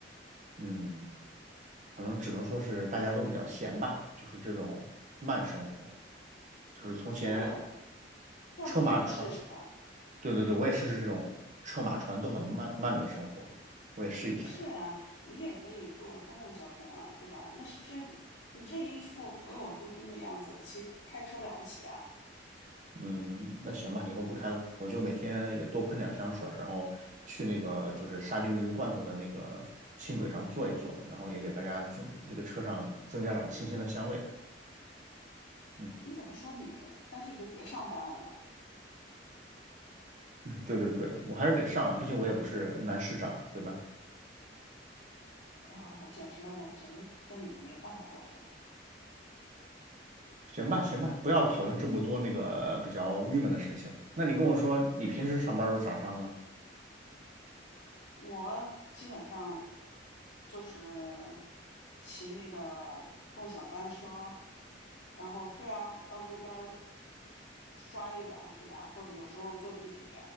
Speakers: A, on the right; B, on the left.
A: 嗯，可能只能说是大家都比较闲吧，就是这种慢生活，就是从前
B: 真的。要么你也试试吧？
A: 车马船，对对对，我也试试这种车马船都很慢慢的生活，我也试一下吧。
B: 不是呀，你也可以坐公共交通啊，对吧？那是你这一副唯我独尊的样子，骑开车了不起啊？
A: 嗯，那行吧，以后不开了，我就每天也多喷点香水儿然后去那个就是沙丁鱼罐头的那个轻轨上坐一坐，然后也给大家增这个车上增加点儿清新的香味吧。嗯，
B: 你怎么说你干脆就别上班了呢？
A: 对对对，我还是得上啊，毕竟我也不是男市长，对吧？
B: 哇，我简直，我简直跟你没办法沟通。
A: 行吧，行吧，不要讨论这么多那个比较郁闷的事情。那你跟我说，你平时上班都是咋上呢？
B: 我基本上就是骑那个共享单车，然后对啊，到路边儿刷一辆，对吧？或者有时候坐地铁。